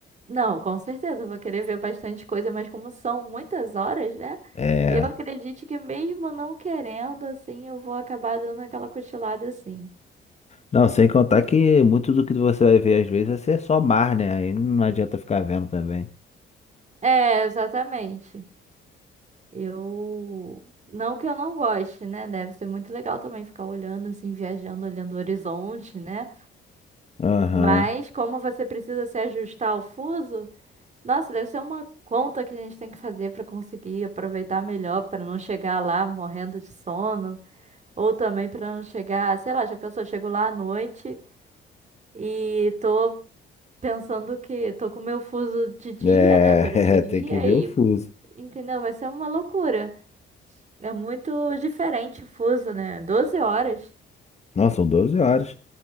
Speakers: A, on the right; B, on the left.
A: Não, com certeza, eu vou querer ver bastante coisa, mas como são muitas horas, né?
B: É.
A: Eu acredito que mesmo não querendo, assim, eu vou acabar dando aquela cochilada assim.
B: Não, sem contar que muito do que você vai ver às vezes vai ser só mar, né? Aí não adianta ficar vendo também.
A: É, exatamente. Eu. Não que eu não goste, né? Deve ser muito legal também ficar olhando, assim, viajando, olhando o horizonte, né?
B: Aham.
A: Mas como você precisa se ajustar ao fuso, nossa, deve ser uma conta que a gente tem que fazer para conseguir aproveitar melhor, para não chegar lá morrendo de sono, ou também para não chegar, sei lá, já pensou, chego lá à noite e tô pensando que tô com meu fuso de dia,
B: É,
A: né? Durante o dia
B: <laughs> tem que ver
A: e,
B: o fuso.
A: entendeu? Vai ser uma loucura. É muito diferente o fuso, né? 12 horas.
B: Não, são 12 horas.